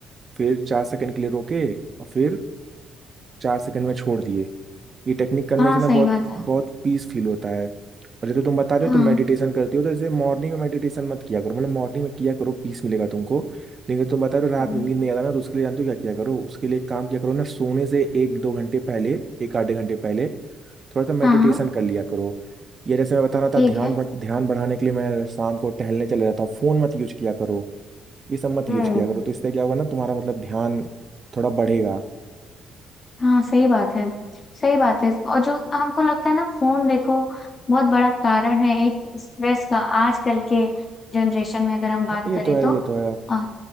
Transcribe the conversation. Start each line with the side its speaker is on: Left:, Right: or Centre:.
Right: फिर चार सेकंड के लिए रोके और फिर चार सेकंड में छोड़ दिए ये टेक्निक करने
Left: हाँ
Right: से ना
Left: सही
Right: बहुत
Left: बात है
Right: बहुत पीस फील होता है और जैसे तुम बता रहे
Left: हाँ
Right: हो तुम मेडिटेशन करती हो तो जैसे मॉर्निंग में मेडिटेशन मत किया करो मतलब मॉर्निंग में किया करो पीस मिलेगा तुमको लेकिन तुम बता रहे हो रात
Left: हम्म
Right: में नींद नहीं आता ना तो उसके लिए जानते हो क्या किया करो उसके लिए एक काम किया करो ना सोने से एक दो घंटे पहले एक आधे घंटे पहले थोड़ा सा मेडिटेशन
Left: हाँ हाँ
Right: कर लिया करो या जैसे मैं बता रहा
Left: ठीक
Right: था ध्यान
Left: है
Right: बढ़- ध्यान बढ़ाने के लिए मैं शाम को टहलने चले जाता हूँ फोन मत यूज किया करो ये सब मत
Left: हम्म
Right: यूज किया करो तो इससे क्या होगा ना तुम्हारा मतलब ध्यान थोड़ा बढ़ेगा
Left: हाँ सही बात है सही बात है और जो हमको लगता है ना फोन देखो बहुत बड़ा कारण है एक स्ट्रेस का आजकल के जनरेशन में अगर हम बात
Right: हाँ ये
Left: करें
Right: तो है
Left: तो
Right: ये तो
Left: और